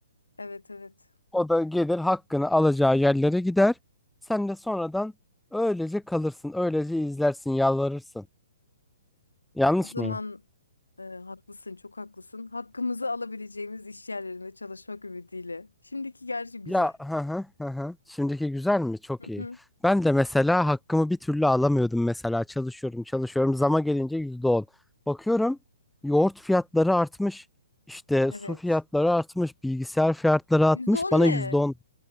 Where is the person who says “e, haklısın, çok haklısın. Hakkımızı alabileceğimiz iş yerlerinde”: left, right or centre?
Left